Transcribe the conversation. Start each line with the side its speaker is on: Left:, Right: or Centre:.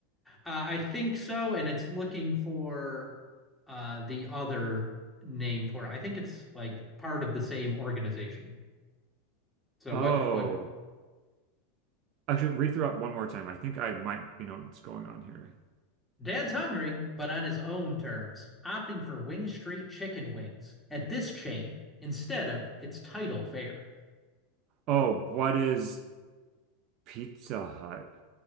Centre: Uh, I think so, and it's looking for uh, the other name for it. I think it's like part of the same organization. So
Right: Oh,
Centre: what what
Right: actually, read through it one more time. I think I might, you know, what's going on here.
Centre: Dad's hungry, but on his own terms, opting for Wing Street chicken wings at this chain instead of its title fare.
Right: Oh, what is Pizza Hut?